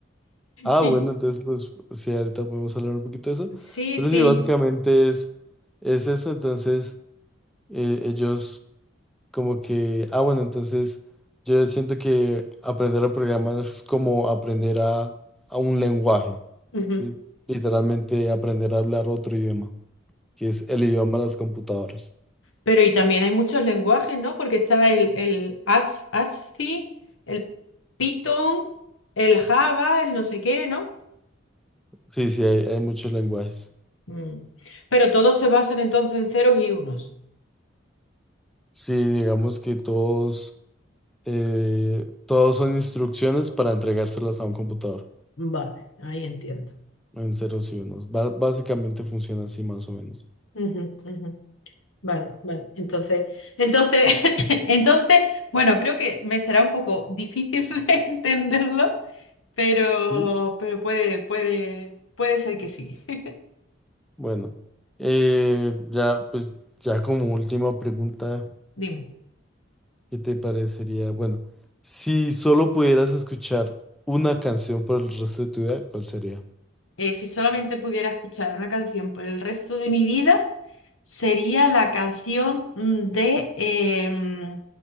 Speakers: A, in the centre; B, on the left.
A: Ah,
B: Y
A: bueno, entonces pues sí, ahorita podemos hablar un poquito de eso.
B: sí,
A: Pero
B: sí.
A: sí, básicamente es, es eso, entonces eh, ellos como que, ah, bueno, entonces yo siento que aprender a programar es como aprender a, a un lenguaje,
B: ujú.
A: ¿sí? Literalmente aprender a hablar otro idioma, que es el idioma de las computadoras.
B: Pero y también hay muchos lenguajes, ¿no? Porque está el, el As- ASCII, el Python, el Java, el no sé qué, ¿no?
A: Sí, sí, hay, hay muchos lenguajes.
B: Mm. Pero todos se basan entonces en ceros y unos.
A: Sí, digamos que todos, eh, todos son instrucciones para entregárselas a un computador.
B: Vale, ahí entiendo.
A: En ceros y unos. Ba- básicamente funciona así más o menos.
B: Ujú, ujú. Vale, vale. Entonces, Entonces, <laughs> entonces, bueno, creo que me será un poco difícil <laughs> de entenderlo, pero,
A: ¿sí?
B: pero puede, puede, puede ser que sí. <laughs>
A: Bueno, eh, ya pues ya como última pregunta,
B: Dime.
A: ¿qué te parecería? Bueno, si solo pudieras escuchar una canción por el resto de tu vida, ¿cuál sería?
B: eh, si solamente pudiera escuchar una canción por el resto de mi vida, sería la canción mm, de em,